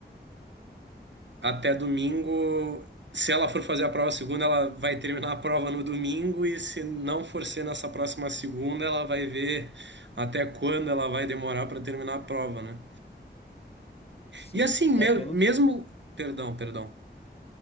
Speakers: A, on the right; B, on the left.
A: até domingo. Se ela for fazer a prova segunda, ela vai terminar a prova no domingo, e se não for ser nessa próxima segunda, ela vai ver até quando ela vai demorar para terminar a prova, né?
B: Sim.
A: E assim, me-
B: É pelo
A: mesmo. Perdão, perdão.